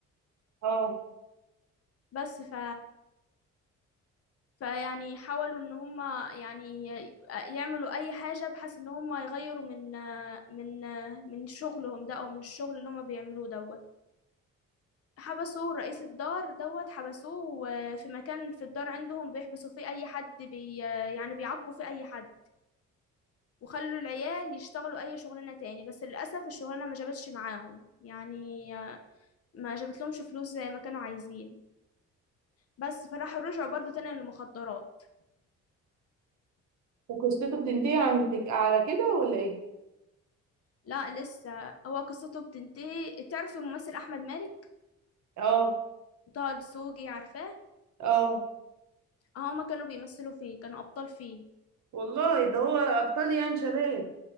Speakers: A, on the right (about 70°); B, on the left (about 50°).
A: اه
B: بس ف فيعني حاولوا ان هما يعني ي- يعملوا اي حاجة بحيث ان هما يغيروا من من من شغلهم ده او من الشغل اللي هما بيعملوه ده حبسوا رئيس الدار دوت حبسوه آه، في مكان في الدار عندهم بيحبسوا فيه اي حد بي آه، يعني بيعاقبوا فيه اي حد وخلوا العيال يشتغلوا اي شغلانة تاني بس للأسف الشغلانة ما جابتش معاهم يعني آه، ما جابتلهمش فلوس زي ما كانوا عايزين بس فراحوا رجعوا برضو تاني للمخدرات
A: وقصته بتنتهي عندك على كده ولا ايه؟
B: لا لسه هو قصته بتنتهي تعرف الممثل أحمد مالك
A: اه
B: طه دسوقي عارفاه
A: اه
B: هما كانوا بيمثلوا فيه كانوا أبطال فيه
A: والله ده هو ابطال يعني شباب